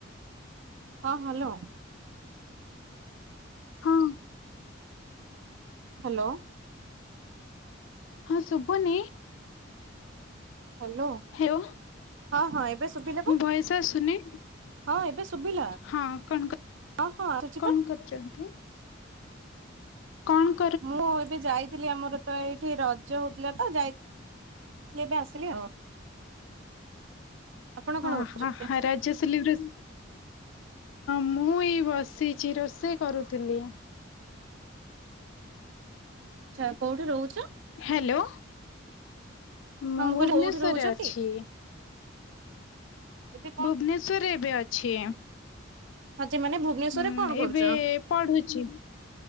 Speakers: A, on the right (about 70°); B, on the left (about 75°).
A: ହଁ ହାଲୋ।
B: ହଁ।
A: ହାଲୋ।
B: ହଁ ଶୁବୁନି?
A: ହାଲୋ
B: ହ୍ୟାଲୋ
A: ହଁ -ହଁ ଏବେ ଶୁବିଲା
B: ମୋ
A: ବା।
B: ଭଏସ ଆସୁନି
A: ହଁ ଏବେ ଶୁବିଲା
B: ହଁ କଣ କ-
A: ହଁ- ହଁ ଆସୁଚି
B: କଣ
A: ପା।
B: କରୁଛନ୍ତି? କଣ୍।
A: ମୁଁ ଏବେ ଯାଇଥିଲି ଆମର ତ ଏଇଠି ରଜ ହଉଥିଲା ତ ଯାଇ <unintelligible> ଏବେ ଆସିଲି ଆଉ। ଆପଣ କଣ
B: ଓ
A: କରୁଛନ୍ତି?
B: ହ ହରତ୍ ରଜ ସେଲିବ୍ରେଟ୍ -ମୁଁ ଏଇ ବସିଚି ରୋଷେଇ କରୁଥିଲି।
A: ଆଛା କଉଠି ରହୁଚ?
B: ହ୍ୟାଲୋ ମୁଁ
A: ହଁ
B: ଭୁବନେଶ୍ୱରରେ
A: କହିଲି କୋଉଠି ରହୁଛ
B: ଅଛି।
A: କି ଏବେ
B: ଭୁବନେଶ୍ଵରରେ ଏବେ ଅଛି।
A: ହଁ ଯେ ମାନେ ଭୁବନେଶ୍ୱରରେ
B: ହୁଁ
A: କଣ କରୁଚ?
B: ଏବେ ପଢୁଛି